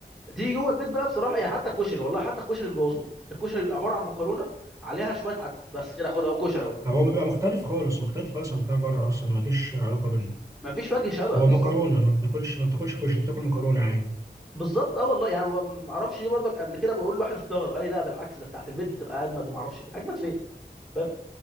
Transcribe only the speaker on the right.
هو بيبقى مختلف خالص مختلف خالص عن بتاع بره اصلا ما فيش علاقه بينهم
هو
مكرونه ما بتاكلش ما بتاكلش كشري بتاكل مكرونه عادي